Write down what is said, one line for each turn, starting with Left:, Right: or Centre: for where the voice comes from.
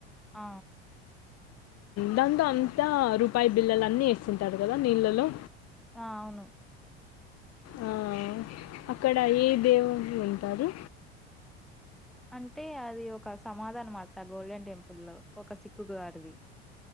Centre: ఆ
Left: దాంతో అంతా రూపాయి బిల్లల అన్నీ వేస్తుంటారు కదా నీళ్ళలో.
Centre: ఆ అవును
Left: ఆ అక్కడ ఏ దేవులు ఉంటారు
Centre: అంటే అది ఒక సమాదానమాట గోల్డెన్ టెంపుల్ లో ఒక సిక్కు గార్డ్ ది